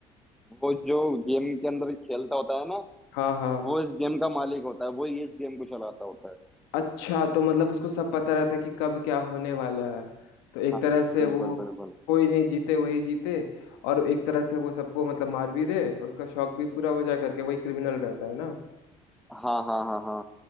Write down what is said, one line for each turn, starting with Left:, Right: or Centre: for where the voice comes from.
Centre: वो जो गेम के अंदर खेलता होता है ना
Left: हाँ हाँ
Centre: वो इस गेम का मालिक होता है वो ही इस गेम को चलाता होता है
Left: अच्छा तो मतलब उसको सब पता रहता है कि कब क्या होने वाला है तो एक
Centre: हाँ
Left: तरह से
Centre: बिल्कुल
Left: वो
Centre: बिल्कुल
Left: कोई नहीं जीते वही जीते और एक तरह से वो सबको मतलब मार भी दे उसका शौक भी पूरा हो जाए करके वही क्रिमिनल रहता है ना
Centre: हाँ हाँ हाँ हाँ